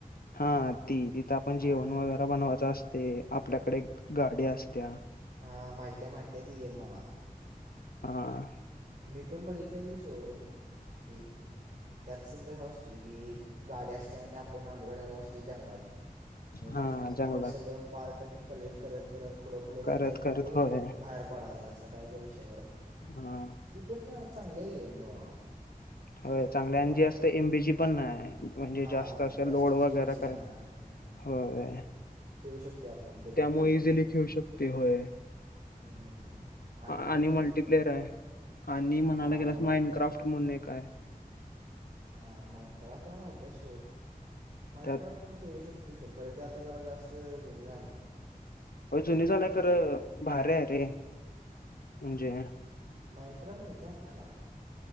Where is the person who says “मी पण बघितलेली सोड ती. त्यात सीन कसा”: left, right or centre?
Right